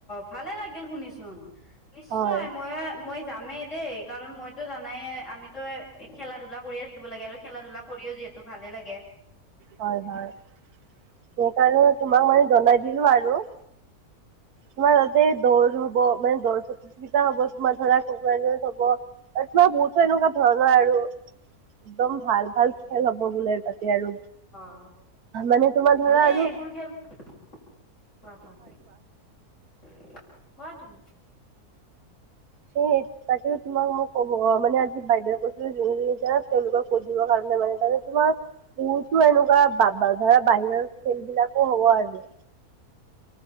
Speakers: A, on the left (about 50°); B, on the right (about 75°).
A: ভালে লাগিল শুনিচোন নিশ্চয়
B: হয়
A: মই মই যামেই দেই কাৰণ মইটো জানায়ে আমিটো এ খেলা ধূলা কৰিয়ে থাকিব লাগে আৰু খেলা ধূলা কৰি যিহেতু ভালে লাগে।
B: হয় - হয় সেইকাৰণে তোমাক মানে জনাই দিলো আৰু। তোমাৰ তাতে দৌৰ হ'ব মানে দৌৰ প্ৰতিযোগিতা হ'ব তোমাৰ ধৰা কোনোবা এজনে হ'ব আৰু তোমাৰ বহুতো এনেকুৱা ধৰণৰ আৰু। একদম ভাল - ভাল খেল হ'ব বোলে তাতে আৰু।
A: অ,
B: মানে তোমাৰ ধৰা
A: ভালেই
B: আৰু
A: এইবোৰ খেল কোৱা - কোৱা? কোৱা তুমি?
B: সেই তাকে তোমাক মোক কব মানে আজি বাইদেৱে কৈছিলে যুনে যোনে যায় তেওলোকক কৈ দিবৰ কাৰণে মানে তাকে তোমাক বহুতো এনেকুৱা ধৰা বাহিৰৰ খেল বিলাকো হব আৰু।